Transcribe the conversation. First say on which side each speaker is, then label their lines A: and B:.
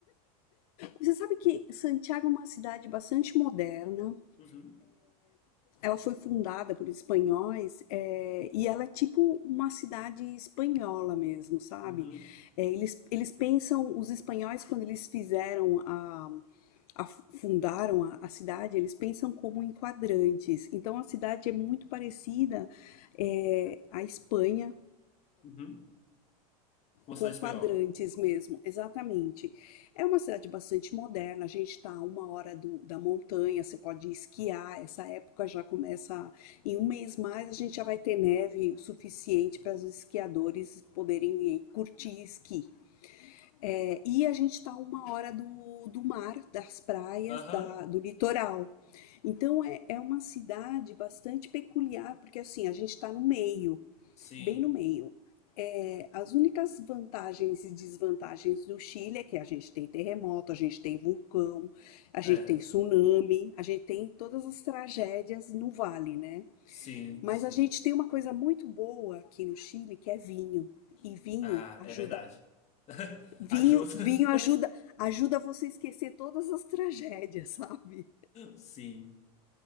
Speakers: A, on the left; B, on the left.
A: Você sabe que Santiago é uma cidade bastante moderna.
B: Uhum,
A: Ela foi fundada por espanhóis é, e ela é tipo uma cidade espanhola mesmo, sabe?
B: uhum,
A: É, eles, eles pensam, os espanhóis, quando eles fizeram a, a- fundaram a, a cidade, eles pensam como em quadrantes. Então a cidade é muito parecida é, à Espanha
B: uhum. Uma cidade
A: com quadrantes
B: espanhola.
A: mesmo, exatamente. É uma cidade bastante moderna, a gente está a uma hora do, da montanha, você pode esquiar, essa época já começa, em um mês mais a gente já vai ter neve o suficiente para os esquiadores poderem ir curtir esqui. É, e a gente está a uma hora do, do mar, das praias,
B: Aham,
A: da, do litoral. Então é, é uma cidade bastante peculiar, porque assim, a gente está no meio,
B: sim.
A: bem no meio. É, as únicas vantagens e desvantagens do Chile é que a gente tem terremoto, a gente tem vulcão, a
B: É,
A: gente tem tsunami, a gente tem todas as tragédias no vale, né?
B: sim,
A: Mas
B: sim.
A: a gente tem uma coisa muito boa aqui no Chile que é vinho. E vinho
B: Ah,
A: ajuda,
B: é verdade. <laughs>
A: vinho,
B: Ajuda.
A: vinho ajuda, ajuda você a esquecer todas as tragédias, <laughs> sabe?
B: Sim.